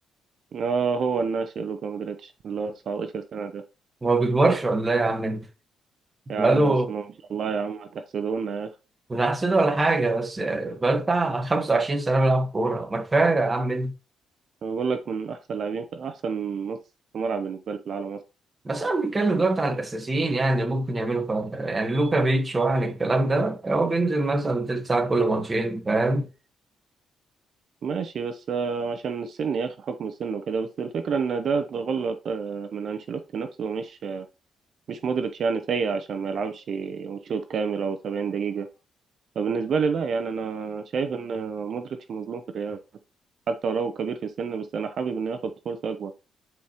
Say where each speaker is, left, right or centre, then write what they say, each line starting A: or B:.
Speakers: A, on the right; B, on the right.
A: اه هو الناشئ لوكا مودريتش اللي هو 19 سنة ده
B: ما بيكبرش ولا إيه يا عم أنت؟ بقاله
A: يا عم يصنع ان شاء الله يا عم هتحسدونا يا اخي
B: من أحسن ولا حاجة بس يعني بقاله بتاع 25 سنة بيلعب كورة ما كفاية يا عم
A: انا بقول لك من احسن لاعبين في احسن نص ملعب بالنسبة لي في العالم اصلا
B: بس انا بنتكلم دلوقتي عن الاساسيين يعني ممكن يعملوا فرق يعني لوكا بيتش وعن الكلام ده هو بينزل مثلا تلت ساعه كل ماتشين فاهم
A: ماشي بس آه، عشان السن يا اخي حكم السن وكده بس الفكرة ان ده غلط آه، من انشيلوتي نفسه مش آه، مش مودريتش يعني سيء عشان ما يلعبش شوط كامل او 70 دقيقة فبالنسبة لي لا يعني انا شايف ان مودريتش مظلوم في الريال حتى ولو كبير في السن بس أنا حابب إنه ياخد فرصة أكبر